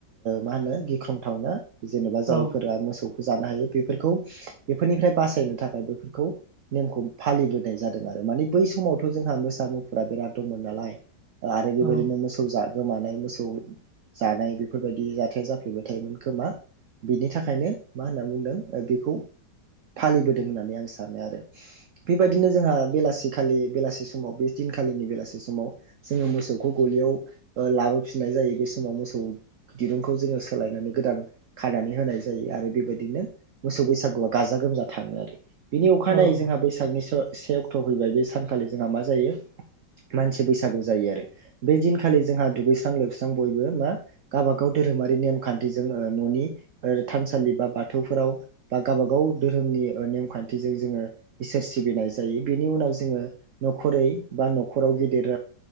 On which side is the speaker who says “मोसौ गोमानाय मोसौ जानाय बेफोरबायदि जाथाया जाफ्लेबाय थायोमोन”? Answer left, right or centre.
Right